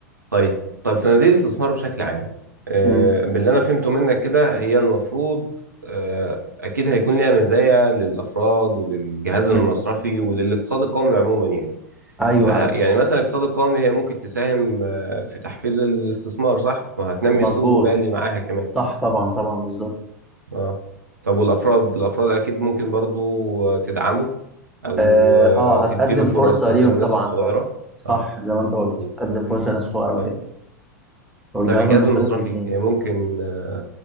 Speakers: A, on the right (about 75°); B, in the centre.
A: طيب طب صناديق الاستثمار بشكل عام آه،
B: امم
A: باللي أنا فهمته منك كده هي المفروض آه، أكيد هيكون ليها مزايا للأفراد وللجهاز المصرفي
B: امم
A: وللاقتصاد القومي عموما يعني
B: ايوه
A: فيعني
B: ايوه
A: مثلا الاقتصاد القومي هي ممكن تساهم آه، في تحفيز الاستثمار صح؟ وهتنمي
B: مظبوط
A: السوق المالي معاها كمان
B: صح طبعا طبعا بالظبط
A: اه طب والافراد الافراد اكيد ممكن برضو آه، تدعمه او
B: اه
A: آه،
B: آه،
A: تديله
B: هتقدم
A: فرص
B: فرصه
A: مثلا
B: ليهم
A: الناس
B: طبعا
A: الصغيره
B: اه صح
A: اه
B: زي ما انت قلت
A: م.
B: هتقدم فرصه للناس الصغيره
A: طيب
B: وكده والجهاز
A: طيب الجهاز
B: المصرفي
A: المصرفي
B: مم.
A: هي ممكن آه،